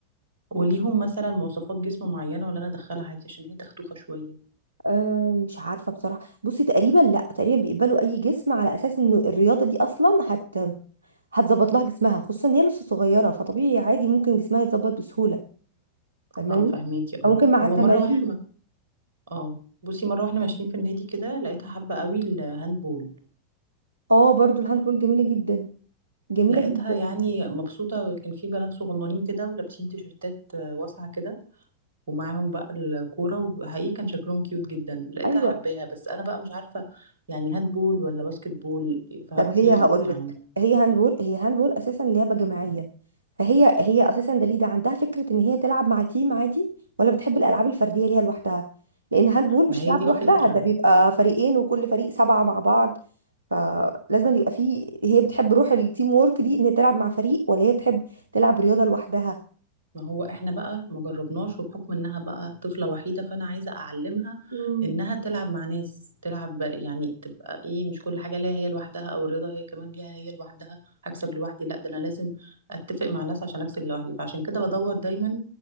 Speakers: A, on the right; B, on the right.
A: وليهم مثلا مواصفات جسم معينه ولا انا ادخلها عادي عشان هي تختوخه شويه
B: أه مش عارفه بصراحه بصي تقريبا لا تقريبا بيقبلوا اي جسم على اساس ان الرياضه دي اصلا هت هتظبط لها جسمها خصوصا ان هي لسه صغيره فطبيعي عادي ممكن جسمها يتظبط بسهوله فاهماني
A: اه فهميكي اه
B: او ممكن مع
A: هو
B: التمارين
A: مره واحنا ما اه بصي مره واحنا ماشيين في النادي كده لقيتها حابه قوي الهاندبول
B: اه برضو الهاند بول جميله جدا جميله
A: لقيتها
B: جدا
A: يعني مبسوطة وكان في بنات صغننين كده ولابسين تيشرتات آه، واسعة كده ومعاهم بقى الكورة وحقيقي كان شكلهم كيوت جدا لقيتها
B: ايوه
A: حباها بس أنا بقى مش عارفة يعني هاند بول ولا باسكت بول ففي
B: طب هي هقول
A: يعني
B: لك هي هاندبول هي هاندبول اساسا لعبه جماعيه فهي هي اساسا دليده عندها فكره ان هي تلعب مع تيم عادي ولا بتحب الالعاب الفرديه ليها لوحدها لان هاندبول مش
A: ما هي
B: تلعب
A: دي الفكرة
B: لوحدها ده بيبقى فريقين وكل فريق سبعه مع بعض فلازم يبقى فيه هي بتحب روح التيم وورك دي ان هي تلعب مع فريق ولا هي بتحب تلعب رياضه لوحدها
A: ما هو احنا بقى ما جربناش وبحكم انها بقى طفلة وحيدة فانا عايزة اعلمها
B: مم.
A: انها تلعب مع ناس تلعب يعني تبقى ايه مش كل حاجة ليها هي لوحدها او الرياضة هي كمان ليها هي لوحدها هكسب لوحدي لا ده انا لازم اتفق مع ناس عشان اكسب لوحدي فعشان كده بدور دايما